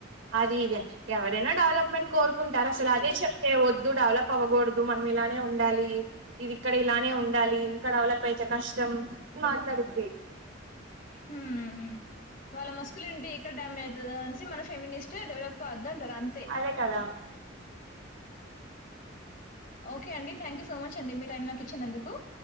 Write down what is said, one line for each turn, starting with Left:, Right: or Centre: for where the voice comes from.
Right: అది ఇది ఎవరైనా డెవలప్మెంట్ కోరుకు. కుంటారు అసలు అదే చెప్తే వద్దు డెవలప్ అవ్వకూడదు మనం ఇలాంటి. ఇలానే ఉండాలి ఇది ఇక్కడ ఇలానే ఉండాలి ఇంకా డెవలప్ ఐతే కష్టం మాట్లాడిద్ది.
Left: హ్మ్ వాళ్ళ మస్కులు ఇంటి ఇక్కడ డ్యామేజ్ అవుతదొ అనిసి మన ఫ్యామినిస్ట్ డెవలప్. వద్దు అంటారు అంతే.
Right: అదే కదా
Left: ఓకే అండి థాంక్యూ సో మచ్ అండి మీ టైం నాకు ఇచ్చినందుకు.